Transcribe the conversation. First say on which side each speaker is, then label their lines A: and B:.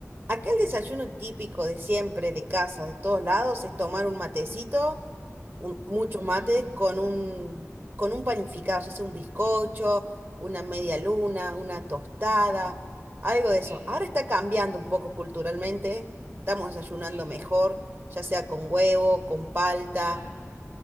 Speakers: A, on the right; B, on the right.
A: Acá el desayuno típico de siempre, de casa, de todos lados, es tomar un matecito, un- muchos
B: Mm,
A: mates, con un, con un panificado, ya sea un bizcocho, una media luna, una tostada, algo de
B: sí,
A: eso. Ahora está cambiando un poco culturalmente, estamos desayunando
B: sí,
A: mejor, ya sea con huevo, con palta,
B: claro.